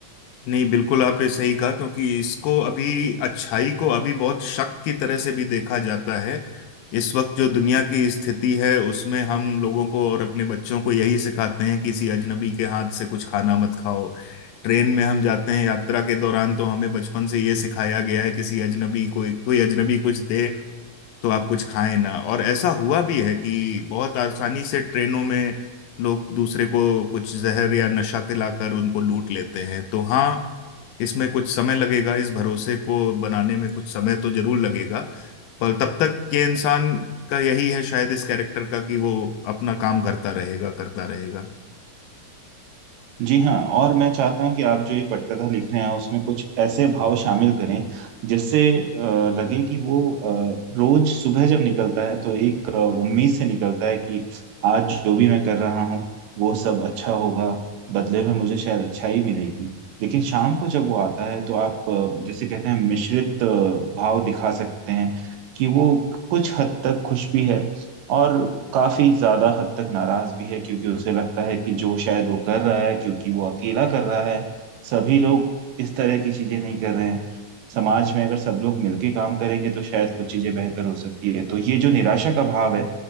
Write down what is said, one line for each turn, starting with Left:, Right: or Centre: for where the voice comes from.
Left: नहीं बिल्कुल आपने सही कहा क्योंकि इसको अभी अच्छाई को अभी बहुत शक की तरह से भी देखा जाता है इस वक्त जो दुनिया की स्थिति है उसमें हम लोगों को और अपने बच्चों को यही सिखाते हैं किसी अजनबी के हाथ से कुछ खाना मत खाओ ट्रेन में हम जाते हैं यात्रा के दौरान तो हमें बचपन से ये सिखाया गया है किसी अजनबी को कोई अजनबी कुछ दे तो आप कुछ खाएं ना और ऐसा हुआ भी है कि बहुत आसानी से ट्रेनों में लोग दूसरे को कुछ जहर या नशा खिलाकर उनको लूट लेते हैं तो हाँ इसमें कुछ समय लगेगा इस भरोसे को बनाने में कुछ समय तो जरूर लगेगा पर तब तक ये इंसान का यही है शायद इस कैरेक्टर का कि वो अपना काम करता रहेगा करता रहेगा
Right: जी हाँ और मैं चाहता हूँ कि आप जो ये पटकथा लिख रहे हैं उसमें कुछ ऐसे भाव शामिल करें जिससे अ, लगे कि वो अ, रोज सुबह जब निकलता है तो एक अ, उम्मीद से निकलता है कि आज जो भी मैं कर रहा हूँ वो सब अच्छा होगा बदले में मुझे शायद अच्छाई मिलेगी लेकिन शाम को जब वो आता है तो आप अ, जैसे कहते हैं मिश्रित अ, भाव दिखा सकते हैं कि वो कुछ हद तक खुश भी है और काफी ज्यादा हद तक नाराज भी है क्योंकि उसे लगता है कि जो शायद वो कर रहा है क्योंकि वो अकेला कर रहा है सभी लोग इस तरह की चीजें नहीं कर रहे हैं समाज में अगर सब लोग मिलके काम करेंगे तो शायद कुछ चीजें बेहतर हो सकती है तो ये जो निराशा का भाव है